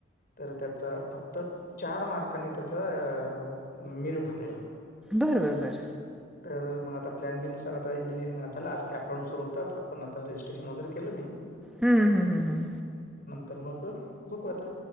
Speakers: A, on the left (about 45°); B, in the centre.
A: तर त्याचा फक्त चार मार्कांनी त्याचा अ मेरिट हुकलं.
B: बर बर बर.
A: तर मग आता प्लॅन बी नुसार आता इंजिअरिंग झालं आज कॅप राऊन सुरू होता. आपण आता रजिस्ट्रेशन वगैरे केलं मी.
B: हम्म हम्म हम्म हम्म
A: तर मग बघू आता.